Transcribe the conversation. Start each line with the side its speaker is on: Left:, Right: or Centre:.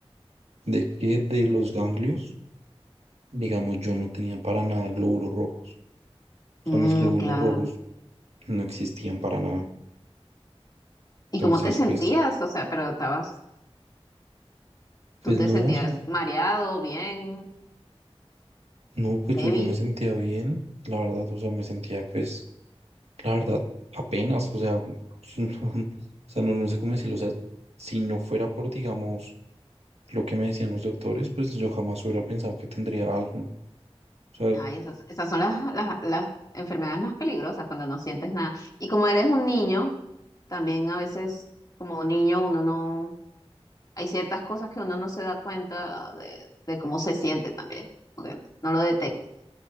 Right: de que de los ganglios, digamos, yo no tenía para nada glóbulos rojos. O
Left: Mm,
Right: sea, mis glóbulos
Left: claro.
Right: rojos no existían para nada.
Left: ¿Y
Right: Entonces,
Left: cómo te sentías?
Right: pues,
Left: O sea, pero estabas,
Right: pues
Left: tú te
Right: no,
Left: sentías
Right: o sea,
Left: mareado, bien,
Right: no, pues
Left: débil.
Right: yo, yo me sentía bien, la verdad, o sea, me sentía, pues, la verdad, apenas, o sea, <laughs> no, o sea, no, no sé cómo decirlo, o sea, si no fuera por, digamos, lo que me decían los doctores, pues yo jamás hubiera pensado que tendría algo. O sea,
Left: Ay, esas, esas son las, las, las enfermedades más peligrosas cuando no sientes nada. Y como eres un niño, también a veces, como niño, uno no. hay ciertas cosas que uno no se da cuenta de, de cómo se siente también, porque no lo detecta.